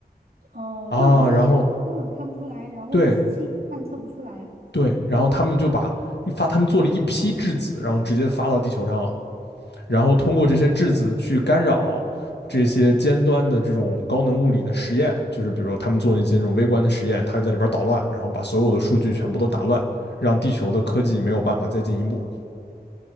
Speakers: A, on the right (about 60°); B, on the left (about 85°).
A: 哦，
B: 啊，
A: 就是人眼根本看不出来，
B: 然后
A: 然后机器也探测不出来
B: 对，对，然后他们就把发，他们做了一批质子，然后直接发到地球上了，然后通过这些质子去干扰这些尖端的这种高能物理的实验，就是比如说他们做那些那种微观的实验，他就在里边捣乱，然后把所有的数据全部都打乱，让地球的科技没有办法再进一步。